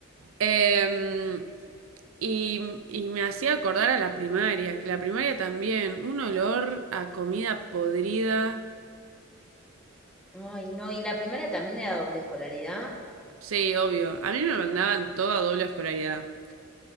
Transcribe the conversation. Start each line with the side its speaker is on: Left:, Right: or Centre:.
Right: Em, y, y me hacía acordar a la primaria, que la primaria también, un olor a comida podrida.
Centre: Ay, no, y la primera también era doble escolaridad.
Right: Sí, obvio. A mí me mandaban todo a doble escolaridad.